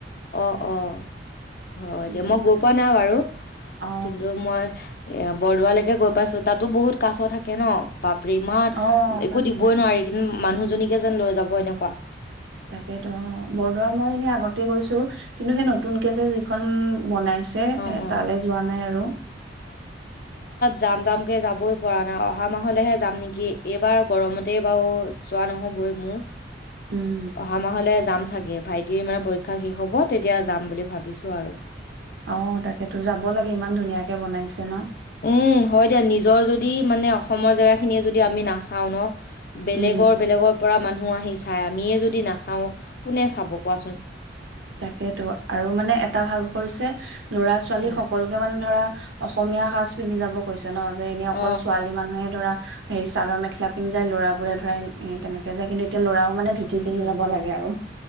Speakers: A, on the left (about 50°); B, on the right (about 85°).
A: অ'-অ' হয়', দিয়া
B: তোমাৰ
A: মই গৈ পোৱা নাই বাৰু,
B: অ
A: কিন্তু মই এ', বৰদোৱালৈকে গৈ পাইছো, তাতো বহুত কাছ থাকে ন', বাপৰে ইমান
B: অ
A: একো
B: কাছ
A: দিবই নোৱাৰি কিন্তু মানুহ, দুজনীকে যেন লৈ যাব এনেকুৱা,
B: তাকেতো অ', বৰদোৱা মই এনেই আগত, গৈছো কিন্তু সেই নতুনকে যে', যিখন, বনাইছে
A: অ অ
B: তালৈ যোৱা নাই আৰু,
A: জাম -জামকৈ যাবই পৰা নাই অহা মাহলৈহে যাম নেকি, এইবাৰ গৰমতেই বাৰু যোৱা নহ'বই মোৰ।
B: উম
A: অহা মাহলে যাম চাগে। চাগে ভাইটিৰ মানে পৰীক্ষা শেষ হ'ব তেতিয়া, যাম বুলি ভাবিছো আৰু,
B: অ', তাকেতো যাব লাগে ইমান ধুনীয়াকে বনাইছে ন',
A: উম হয় দিয়া নিজৰ যদি মানে অসমৰ জেগাখিনিয়ে যদি আমি নাচাওঁ ন', বেলেগৰ
B: উম
A: -বেলেগৰ পৰা মানুহ আহি চাই আমিয়ে যদি নাচাও কোনে চাব কোৱাচোন?
B: তাকেইতো আৰু মানে এটা ভাল কৰিছে, ল'ৰা -ছোৱালী
A: উম
B: সকলোকে মানে ধৰা, অসমীয়া- সাজ-পিন্ধি যাব কৈছে। যেন, যে ', এনে
A: অ',
B: অকল ছোৱালী মানুহে ধৰা, হেৰি চাদৰ -মেখেলা পিন্ধি যায়, ল'ৰাবোৰে ধৰা এ', তেনেকে যায় কিন্তু এতিয়া ল'ৰা মানে ধুতি-
A: উম,
B: পিন্ধি
A: উম,
B: যাব লাগে আৰু,